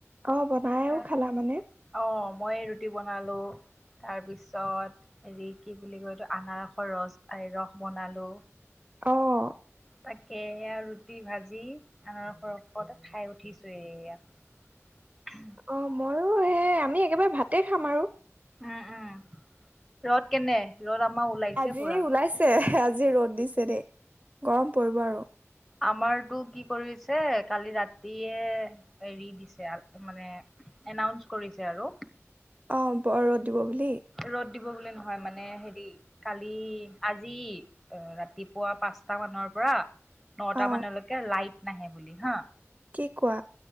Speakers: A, on the right; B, in the centre.
A: অঁ বনাইও
B: তাৰ
A: খালা মানে?
B: অ মই ৰুটি বনালোঁ তাৰপিছত হেৰি কি বুলি কয় এইটো আনাৰসৰ ৰস বনালোঁ।
A: অঁ
B: তাকে সেইয়া ৰুটি ভাজি আনাৰসৰ ওপতে খাই উঠিছো। সেইয়া
A: অঁ মইও সেই আমি একেবাৰে ভাতে খাম আৰু
B: উম, উম ৰদ কেনে? ৰ'দ আমাৰ ওলাইছে
A: আজি
B: পুৰা
A: ওলাইছে আজি ৰ'দ দিছে দেই। গৰম পৰিব আৰু।
B: আমাৰতো কি কৰিছে কালি ৰাতিয়ে হেৰি দিছে মানে এনাউঞ্চ কৰিছে আৰু
A: অ', বৰ ৰদ দিব বুলি?
B: ৰ'দ দিব বুলি নহয় মানে হেৰি কালি আজি ৰাতিপুৱা পাঁচটা মানৰ পৰা নটা
A: অ
B: মানলৈকে লাইট নাহে বুলি হা
A: কি কোৱা